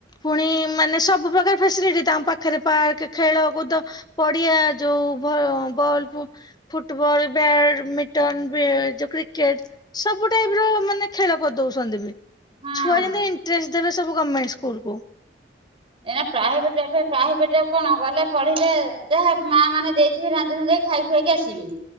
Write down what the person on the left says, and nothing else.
ପୁଣି ମାନେ ସବୁ ପ୍ରକାର ଫେସିଲିଟି ତମ ପାଖରେ ପାର୍କ ଖେଳ କୁଦ। ପଡିଆ ଯୋଉ ଭ ବଲ। ଫୁଟୁବଲ ବ୍ୟାଡମିଟନ ଯୋଉ କ୍ରିକେଟ ସବୁ ଟାଇପର। ମାନେ ଖେଳ କରିଦଉଛନ୍ତି
ଛୁଆ ଯେମିତି ଇଣ୍ଟ୍ରେଷ୍ଟ ଦେବେ ସବୁ ଗମେଣ୍ଟ ସ୍କୁଲକୁ।